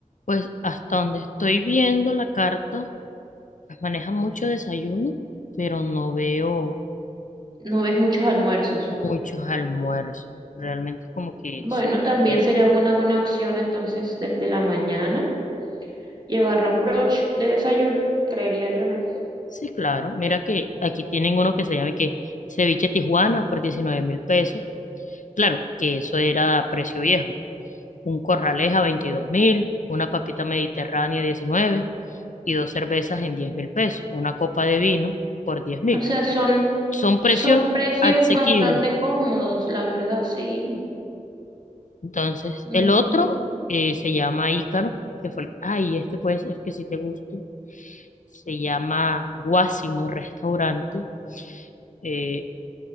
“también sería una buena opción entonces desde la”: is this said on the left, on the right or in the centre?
Right